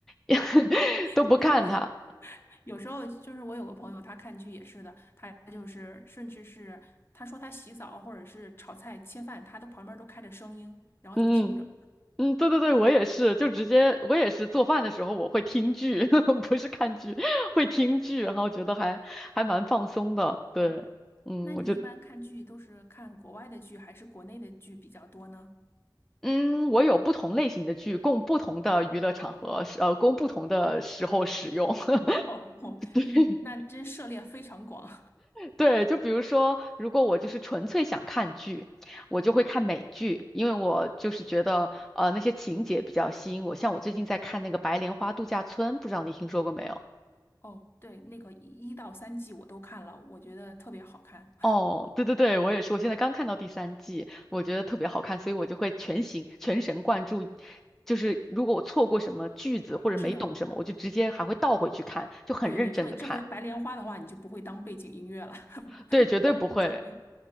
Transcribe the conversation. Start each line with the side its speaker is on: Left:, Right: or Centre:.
Centre: <laughs>
Left: <laughs>
Centre: 都不看它。
Left: 你跟我 <laughs> 有时候就是我有个朋友，他看剧也是的，他就是甚至是他说他洗澡或者是炒菜切饭，他都旁边都开着声音，然后就听着。
Centre: 嗯嗯。嗯，对对对，我也是，就直接我也是做饭的时候我会听剧，<laughs> 不是看剧，会听剧，然后觉得还还蛮放松的。对，
Left: 嗯，
Centre: 嗯，
Left: 那你一般看剧都是看国外的剧还是国内的剧比较多呢？
Centre: 我就嗯，我有不同类型的剧，供不同的娱乐场合使，呃，供不同的时候使用。<laughs>
Left: <laughs> 哦哦，
Centre: 对
Left: 嗯，那真涉猎非常广。
Centre: 对，就比如说，如果我就是纯粹想看剧，我就会看美剧，因为我就是觉得呃那些情节比较吸引我。像我最近在看那个《白莲花度假村》，不知道你听说过没有？
Left: 哦，对，那个一到三季我都看了，我觉得特别好看。
Centre: 哦，对对对，我也是，我现在刚看到第三季，我觉得特别好看，所以我就会全心全神贯注。就是如果我错过什么句子或者没懂什么，
Left: 是的，
Centre: 我就直接还会倒回去看，就很认真的看。
Left: 对对对，所以这回白莲花的话，你就不会当背景音乐了，<laughs> 背当背景音乐。
Centre: 对，绝对不会，